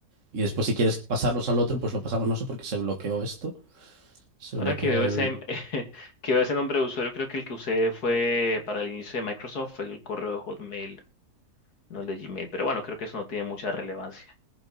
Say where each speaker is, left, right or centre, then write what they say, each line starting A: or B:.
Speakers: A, on the right (about 55°); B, on the left (about 80°).
A: y después si quieres pasarlos al otro, pues lo pasamos, no sé por qué se bloqueó esto, se
B: Ahora
A: bloqueó
B: que veo
A: el...
B: ese, <laughs> que veo ese nombre de usuario, creo que el que usé fue para el inicio de Microsoft, el correo de Hotmail, no el de Gmail. Pero bueno, creo que eso no tiene mucha relevancia.